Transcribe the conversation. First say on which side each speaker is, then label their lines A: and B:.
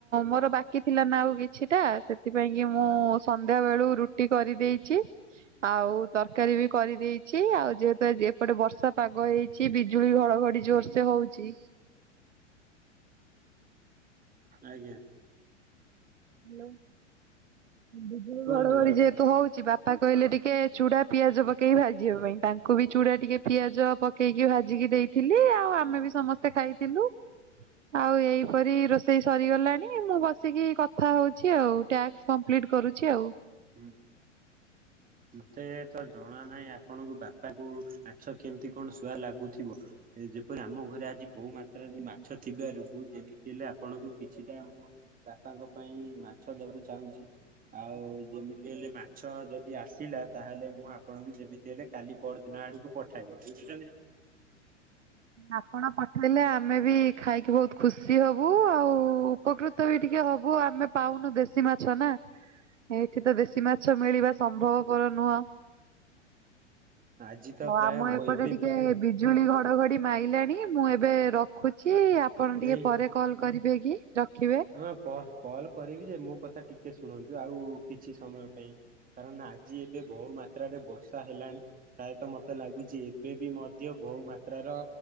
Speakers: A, on the right (about 75°); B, on the right (about 20°).
A: ମୋର ବାକି ଥିଲା ନା ଆଉ କିଛିଟା ସେଥିପାଇଁ କି ମୁଁ ସନ୍ଧ୍ୟାବେଳୁ ରୁଟି କରିଦେଇଚି। ଆଉ ତରକାରୀ ବି କରିଦେଇଚି ଆଉ ଯେହେତୁ ଆଜି ଏପଟେ ବର୍ଷା ପାଗ ହେଇ ଚି ବିଜୁଳି ଘଡଘଡି ଜୋରସେ ହଉଛି।
B: ଆଜ୍ଞା।
A: ହାଲୋ ବିଜୁଳି
B: କୁହନ୍ତୁ
A: ଘଡଘଡି ଯେହେତୁ ହଉଛି ବା ପା କହିଲେ ଟିକେ ଚୁଡା ପିଆଜ ପକେଇକି ଭାଜିବା ପାଇଁ ତାଙ୍କୁ ବି ଚୁଡା ଟିକେ ପିଆଜ ପକେଇକି ଭାଜିକି ଦେଇ ଥିଲି ଆଉ ଆମେ ବି ସମସ୍ତେ ଖାଇଥିଲୁ। ଆଉ ଏଇପରି ରୋଷେଇ ସରିଗଲାଣି ମୁଁ ବସିକି କ ଥା ହଉଛି ଆଉ ଟାସ୍କ କମ୍ପ୍ଲିଟ କରୁଛି ଆଉ।
B: ହୁଁ। ମତେ ତ ଜଣା ନାହିଁ ଆପଣଙ୍କୁ ବାପାଙ୍କୁ ମାଛ କେମିତି କଣ ଶୁଆ ଲାଗୁଥିବ। ଯେପରି ଆମ ଘରେ ଆଜି ବହୁ ମାତ୍ରାରେ ମାଛ ଥିବାରୁ ମୁଁ ଯେମିତି ହେଲେ ଆପଣଙ୍କୁ କିଛିଟା ବାପାଙ୍କ ପାଇଁ ମାଛ ଦବାକୁ ଚାହୁଁଛି ଆଉ ଯେମିତି ହେଲେ ମାଛ ଯଦି ଆସିଲା ତାହେଲେ ମୁଁ ଆପଣଙ୍କୁ ଯେମିତି ହେଲେ କାଲି ପରଦିନ ଆଡକୁ ପଠେଇଲୁ ବୁଝୁଛନ୍ତି ନା।
A: ଆପଣ ପଠେଇଲେ ଆମେ ବି ଖାଇକି ବହୁତ ଖୁସି ହବୁ ଆଉ ଉପକୃତ ବି ଟିକେ ହବୁ ଆମେ ପାଉନୁ ଦେଶୀ ମାଛ ନା। ଏଇଠି ତ ଦେଶୀ ମାଛ ମିଳିବା ସମ୍ଭବ। ମୋର ନୁହଁ
B: ଆଜି ତ ପ୍ରାୟ
A: ଆମ ଏପଟେ
B: ଏବେ
A: ଟିକେ ଭି ଜଝୁଳି ଘଡ଼ଘଡ଼ି ମାଇଲାଣି ମୁଁ ଏବେ ରଖୁଛି ଆପଣ
B: ନାଇଁ
A: ଟିକେ ପରେ କଲ କରିବେ କି ରଖିବେ।
B: ହଁ କଲ୍ କଲ୍ କରିବି ଯେ ମୋ କଥା ଟିକେ ଶୁଣନ୍ତୁ। ଆଉ କିଛି ସମୟ ପାଇଁ। କାରଣ ଆଜି ଏବେ ବହୁ ମାତ୍ରାରେ ବର୍ଷା ହେଲାଣି ପ୍ରାୟତଃ ମତେ ଲାଗୁଛି ଏବେ ବି ମ ଦିଅ ବହୁ ମାତ୍ରାର